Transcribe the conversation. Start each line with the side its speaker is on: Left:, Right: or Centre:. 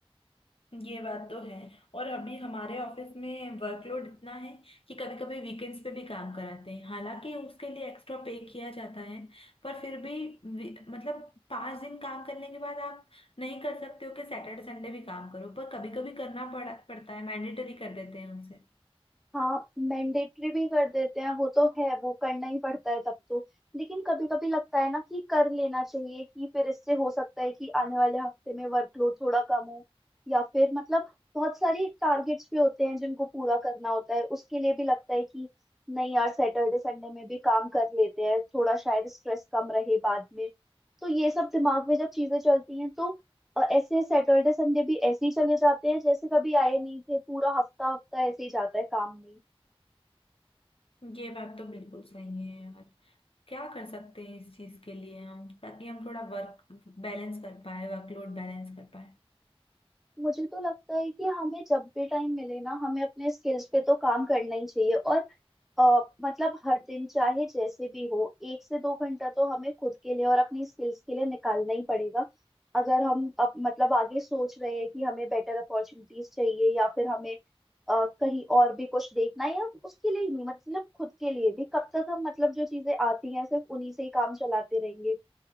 Left: ये बात तो है और अभी हमारे ऑफिस में वर्कलोड इतना है कि कभी कभी वीकेंड्स पे भी काम कराते हैं हालांकि उसके लिए एक्स्ट्रा पे किया जाता है पर फिर भी वी- मतलब पांच दिन काम करने के बाद आप नहीं कर सकते हो कि सैटरडे संडे भी काम करो पर कभी कभी करना पड़ पड़ता है मैंडेटरी कर देते हैं उनसे
Centre: हाँ मैंडेटरी भी कर देते हैं वो तो है वो करना ही पड़ता है तब तो लेकिन कभी कभी लगता है ना कि कर लेना चाहिए कि फिर इससे हो सकता है कि आने वाले हफ्ते में वर्कलोड थोड़ा कम हो या फिर मतलब बहुत सारी टारगेट्स भी होते हैं जिनको पूरा करना होता है उसके लिए भी लगता है कि नहीं यार सैटरडे संडे में भी काम कर लेते हैं थोड़ा शायद स्ट्रेस कम रहे बाद में तो ये सब दिमाग में जब चीजें चलती हैं तो और ऐसे सैटरडे संडे भी ऐसे ही चले जाते हैं जैसे कभी आए नहीं थे पूरा हफ्ता हफ्ता ऐसे ही जाता है काम में
Left: ये बात तो बिल्कुल सही है यार क्या कर सकते हैं इस चीज के लिए हम ताकि हम थोड़ा वर्क बैलेंस कर पाए वर्कलोड बैलेंस कर पाए
Centre: मुझे तो लगता है कि हमें जब भी टाइम मिले ना हमें अपने स्किल्स पे तो काम करना ही चाहिए और अ, मतलब हर दिन चाहे जैसे भी हो एक से दो घंटा तो हमें खुद के लिए और अपनी स्किल्स के लिए निकालना ही पड़ेगा अगर हम अब मतलब आगे सोच रहे हैं कि हमें बेटर अपॉर्चुनिटीज चाहिए या फिर हमें अ, कहीं और भी कुछ देखना है या उसके लिए ही नहीं मतलब खुद के लिए भी कब तक हम मतलब जो चीजें आती हैं सिर्फ उन्हीं से ही काम चलाते रहेंगे